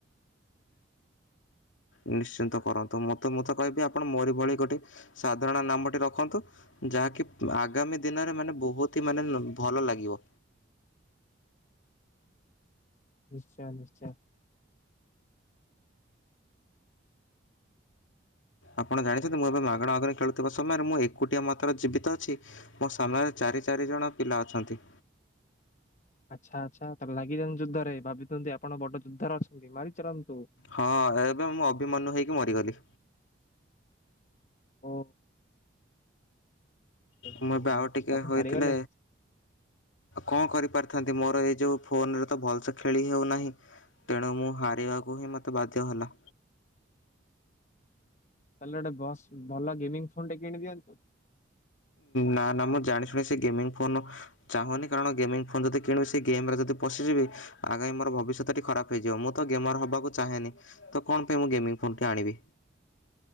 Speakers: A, on the left; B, on the left.
A: ନିଶ୍ଚିନ୍ତ କରନ୍ତୁ ମୁଁ ତ ମୁଁ ତ କହିବି ଆପଣ ମୋରି ଭଳି ଗୋଟେ ସାଧାରଣ ନାମଟି ରଖନ୍ତୁ ଯାହାକି ଆଗାମୀ ଦିନରେ ମାନେ ବହୁତ ହି ମାନେ ଭଲ ଲାଗିବ।
B: ନିଶ୍ଚୟ ନିଶ୍ଚୟ।
A: ଆପଣ ଜାଣିଛନ୍ତି ମୁଁ ଏବେ ମାଗଣା ମାଗଣା ଖେଳୁଥିବା ସମୟରେ ମୁଁ ଏକୁଟିଆ ମାତ୍ର ଜୀବିତ ଅଛି ମୋ ସାମ୍ନାରେ ଚାରି ଚାରି ଜଣ ପିଲା ଅଛନ୍ତି।
B: ଆଚ୍ଛା ଆଚ୍ଛା ତା ଲାଗିଯାନ୍ତୁ ଯୋଦ୍ଧରେ ଭାବିଛନ୍ତି ଆପଣ ବଡ ଯୋଦ୍ଧରେ ଅଛନ୍ତି ମାରି ଚାଲନ୍ତୁ।
A: ହଁ ଏବେ ମୁଁ ଅଭିମନ୍ୟୁ ହେଇକି ମରିଗଲି।
B: ଓ ହେ ଭଗବାନ
A: ମୁଁ ଏବେ ଆଉ ଟିକେ
B: ଆପଣ
A: ହୋଇଥିଲେ
B: ହାରିଗଲେ
A: କଣ କରିପାରି ଥାନ୍ତି ମୋର ହେଇ ଯୋଉ ଫୋନ ରେ ତ ଭଲ ସେ ଖେଳି ହେଉନାହିଁ ତେଣୁ ମୁଁ ହାରିବାକୁ ହିଁ ମତେ ବାଧ୍ୟ ହେଲା।
B: ତାହେଲେ ଗୋଟେ ବସ୍ ଭଲ ଗେମିଙ୍ଗ ଫୋନ ଟେ କିଣି ଦିଅନ୍ତୁ।
A: ନା ନା ମୁଁ ଜାଣି ଶୁଣି ସେ ଗେମଙ୍ଗ ଫୋନ ଚାହୁଁନି କାରଣ ଗେମ ଫୋନ୍ ଯଦି କିଣିବି ସେ ଗେମ୍ ରେ ଯଦି ପଶିଯିବି ଆଗାମୀ ମୋର ଭବିଷ୍ୟତଟି ଖରାପ ହେଇଯିବ ମୁଁ ତ ଗେମର ହବାକୁ ଚାହେଁନି ତ କଣ ପାଇଁ ମୁଁ ଗେମଙ୍ଗ ଫୋନ ଟି ଆଣିବି?